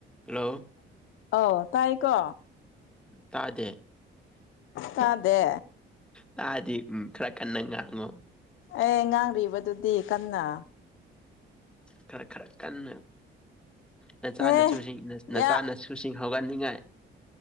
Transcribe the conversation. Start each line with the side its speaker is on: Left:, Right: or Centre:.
Centre: ꯍꯜꯂꯣ
Left: ꯑ ꯇꯥꯏꯀꯣ
Centre: ꯇꯥꯗꯦ
Left: ꯇꯥꯗꯦ
Centre: ꯇꯥꯗꯤ ꯎꯝ ꯈꯔ ꯀꯟꯅ ꯉꯥꯡꯉꯣ
Left: ꯑꯦ ꯉꯥꯡꯔꯤꯕꯗꯨꯗꯤ ꯀꯟꯅ
Centre: ꯈꯔ ꯈꯔ ꯀꯟꯅ ꯅꯆꯥꯅꯁꯨꯁꯤꯡ
Left: ꯍꯦ
Centre: ꯅꯆꯥꯅꯁꯨꯁꯤꯡ
Left: ꯌꯥ
Centre: ꯍꯧꯒꯠꯅꯤꯡꯉꯥꯏ